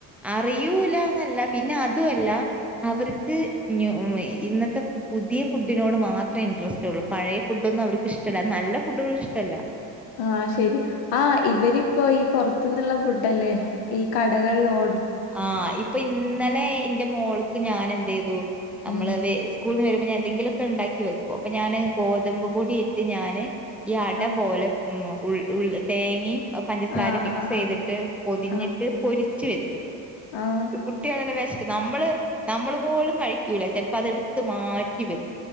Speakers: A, in the centre; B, on the left.
A: അറിയൂലാന്നല്ല പിന്ന അതുവല്ല അവര്ക്ക് നൂ ഈ ഇന്നത്തെ- പുത്യ ഫുഡിനോട് മാത്രെ ഇൻഡ്രസ്റ്റൊള്ളു പഴയ ഫുഡൊന്നും അവര്ക്ക് ഇഷ്ടല്ല അതും നല്ല ഫുഡ്ഡ്കളും ഇഷ്ടല്ല.
B: ആഹ് ശരി ആഹ് ഇവരിപ്പൊ ഈ പൊറത്ത്ന്ന്ള്ള ഫുഡല്ലെ ഈ കടകൾല് ഓ
A: ആഹ് ഇപ്പൊ ഇന്നലേ ഇന്റെ മോൾക്ക് ഞാനെന്തീതു ഞമ്മള്
B: ഉം
A: വേ- സ്കൂള്ന്ന് വരുമ്പൊ ഞാൻ എന്തെങ്കിലൊക്കെ ഇണ്ടാക്കി വെക്കും. അപ്പൊ ഞാന് ഗോതമ്പ്പൊടി ഇട്ട് ഞാന്- ഈ അട
B: ആഹ്
A: പോലെ ഉം ഉൾ ഉൾ തേങ്ങീം പഞ്ചസാരിം
B: ആഹ്
A: മിക്സ്തിട്ട്
B: ആഹ്
A: പൊതിഞ്ഞിട്ട്
B: ആഹ്
A: പൊരിച്ച് വെച്ചു.
B: ആഹ്
A: കുട്ടീളല്ലെ വെഷ- ഇന്ന്ട്ട് നമ്മള് നമ്മള് പോലും കഴിക്കൂല ചെൽപ്പൊ അതെട്ത്ത് മാറ്റി വെ